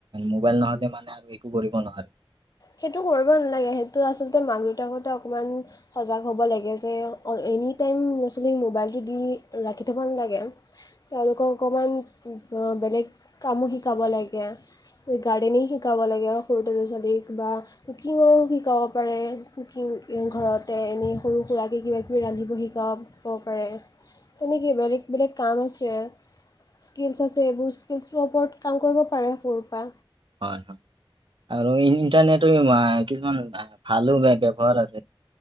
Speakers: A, on the right; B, on the left.
A: মোবাইল নহ'লে মানে আৰু একো কৰিব নোৱাৰো।
B: সেইটো কৰিব নালাগে সেইটো আচলতে মাক- দেউতাকহতে অকণমান সজাগ হ'ব লাগে যে অ, এনি টাইম ল'ৰা- ছোৱালীক মোবাইলটো দি ৰাখি থ'ব নালাগে। তেওঁলোকক অকণমান বেলেগ কামো শিকাব লাগে গাৰ্ডেনিং শিকাব লাগে <unintelligible> কিবা কুকিঙো শিকাব পাৰে কুকিং ঘৰতে এনেই সৰু সুৰাকে কিবা কিবি ৰান্ধিব শিকাম। কব পাৰে তেনেকেই বেলেগ-বেলেগ কাম আছে। স্কিলচ আছে এইবোৰ স্কিলছৰ ওপৰত কাম কৰিব পাৰে সৰুৰ পা।
A: হয়-হয় আৰু ইন্টাৰনেট <unintelligible> কিছুমান ভালো বেয়া ব্যৱহাৰত।